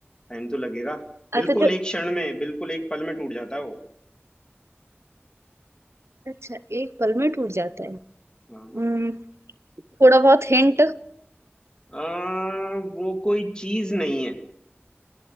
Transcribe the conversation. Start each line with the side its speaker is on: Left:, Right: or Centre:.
Left: टाइम तो लगेगा
Right: अच्छा
Left: बिल्कुल
Right: जो
Left: एक क्षण में बिल्कुल एक पल में टूट जाता है वो
Right: अच्छा एक पल में टूट जाता है
Left: हाँ
Right: हम्म,
Left: हाँ
Right: थोड़ा बहुत हिंट
Left: आ, वो कोई चीज नहीं है